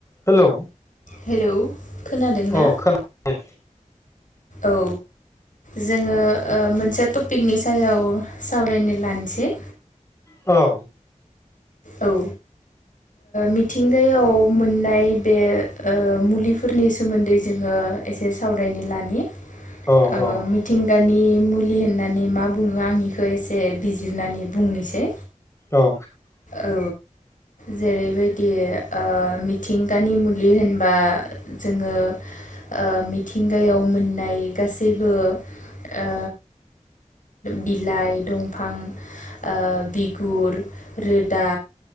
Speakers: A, on the left; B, on the left.
A: Hello
B: hello खोनादों
A: अ
B: ना?
A: खोनायो
B: औ जोङो ओ मोनसे टपिकनि सा जायाव सावरायनो लानो जे
A: औ
B: औ ओ मिथिंगायाव मोननाय बे ओ मुलिफोरनि सोमोन्दै जोङो एसे सावरायनो लानि
A: औ
B: ओ
A: औ
B: मिथिंगानि मुलि होननानै मा बुङो आंनिखौ एसे बिजिरनानै बुंनोसै
A: औ
B: औ जेरैबायदि ओ मिथिंगानि मुलि होनबा जोङो ओ मिथिंगायाव मोननाय गासैबो ओ बिलाइ दंफां ओ बिगुर रोदा